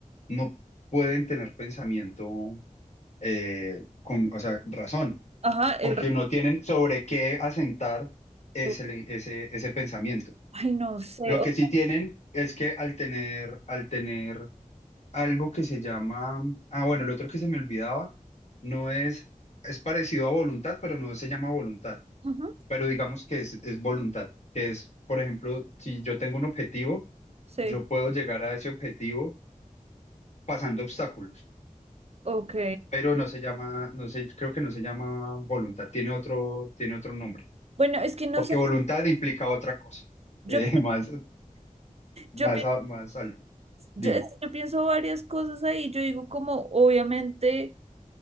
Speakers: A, on the left; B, on the right.
A: no pueden tener pensamiento eh, con, o sea, razón,
B: ajá, el...
A: porque
B: re-
A: no tienen sobre qué asentar ese,
B: oh,
A: ese, ese pensamiento.
B: Ay, no sé,
A: Lo
B: o-
A: que sí tienen es que al tener, al tener algo que se llama, ah, bueno, el otro que se me olvidaba, no es, es parecido a voluntad, pero no se llama voluntad,
B: ujú,
A: pero digamos que es, es voluntad, que es, por ejemplo, si yo tengo un objetivo,
B: sí,
A: yo puedo llegar a ese objetivo pasando obstáculos.
B: ok.
A: pero no se llama, no sé, creo que no se llama voluntad, tiene otro, tiene otro nombre,
B: Bueno, es que no
A: porque
B: sé,
A: voluntad implica otra cosa,
B: yo,
A: eh, <laughs> más, más,
B: yo, pienso,
A: a- más alto.
B: yo
A: dime.
B: es que yo pienso varias cosas ahí, yo digo como, obviamente...